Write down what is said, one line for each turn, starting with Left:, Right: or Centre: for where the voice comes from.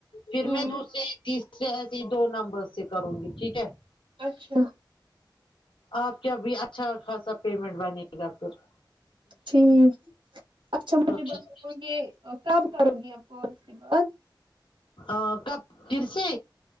Left: پھر
Right: ہمم
Left: میں دوسرے تیسرے ایسے دو نمبر سے کروں گی ٹھیک ہے
Right: اچھا
Left: آپ کیاب اچھا خاصا پیمنٹ با نے گا پہر
Right: ٹھیک اچھا مجھے ب
Left: ٹھیک
Right: گے کب کرو گی اب کال اس کے بعد
Left: ا کب پھر سے